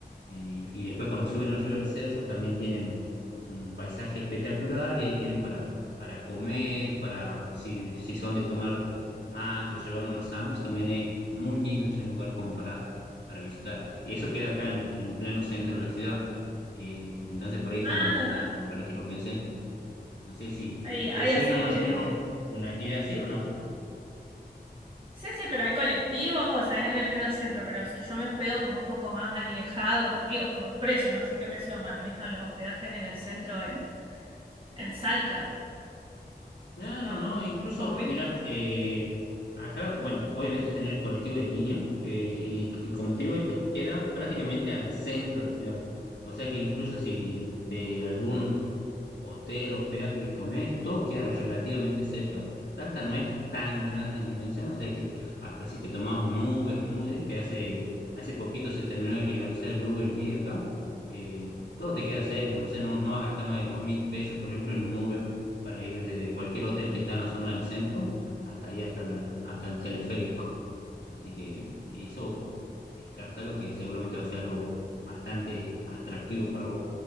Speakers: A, on the left; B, on the right.
A: eh, y después cuando suben arriba del cerro también tienen un paisaje espectacular y ahí tienen para, para comer, para si, si son de tomar mate o llevar unos sándwiches, también es muy lindo ese lugar como para, para visitar. Y eso queda acá en, en pleno centro de la ciudad. Eh, entonces por ahí
B: Ah,
A: con, con- para que lo pensé, no sé si
B: hay,
A: te, te
B: hay
A: suena
B: así. eh,
A: más o menos una actividad así o no.
B: Sí, sí, pero hay colectivos, o sea, es en el pleno centro, pero si yo me hospedo como un poco más alejado, digo, por los precios, no sé qué precio manejan los hospedajes en el centro en, en Salta.
A: Claro,
B: No,
A: ¿no? Incluso,
B: como viste.
A: mira, eh, acá, bueno, obviamente tener el colectivo de línea, que y- y como te digo, esto queda prácticamente al centro de la ciudad. O sea que incluso si de algún hotel, hospedaje que tomé, todo queda relativamente cerca. Salta no es tan grande en dimensión, o sea que hasta si te tomás un Uber, un Uber, que hace, hace poquito se terminó de legalizar el Uber el día acá, eh, todo te queda cerca, no sé, no, no vas a gastar más de dos mil pesos, por ejemplo, en un Uber para ir desde cualquier hotel que está en la zona del centro hasta ahí, hasta el, hasta el teleférico. Así que eh, eso descarta que seguramente va a ser algo bastante atractivo para vos.